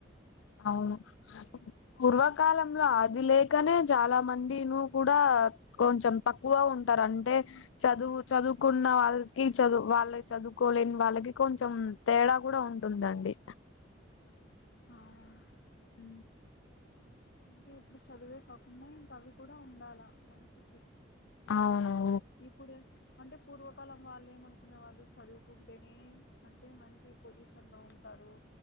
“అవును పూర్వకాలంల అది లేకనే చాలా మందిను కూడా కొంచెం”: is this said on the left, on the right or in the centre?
Left